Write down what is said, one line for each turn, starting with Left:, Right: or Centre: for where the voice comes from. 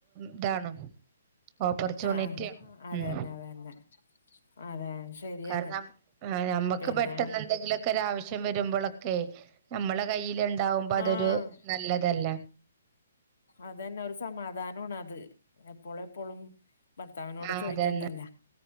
Right: ഇതാണ് ഓപ്പർച്യൂണിറ്റിയാ
Left: ആ ആ അതന്നെ
Right: ഉം
Left: അതന്നെ അതെ ശരിയാണ്
Right: കാരണം നമ്മുക്ക്
Left: പിന്നെ
Right: പെട്ടെന്ന് എന്തെങ്കിലു ഒക്കെ ഒരാ ആവശ്യം വരുമ്പൊളൊക്കെ നമ്മള കയ്യിൽ ഉണ്ടാവുമ്പോ അതൊരു
Left: ആഹ്
Right: നല്ലതല്ലേ
Left: അതന്നെ ഒരു സമാധാനമാണ് അത് എപ്പോളെപ്പോളും ഭർത്താവിനോട്
Right: ആഹ്
Left: ചോദിക്കണ്ടല്ല
Right: അതന്നെ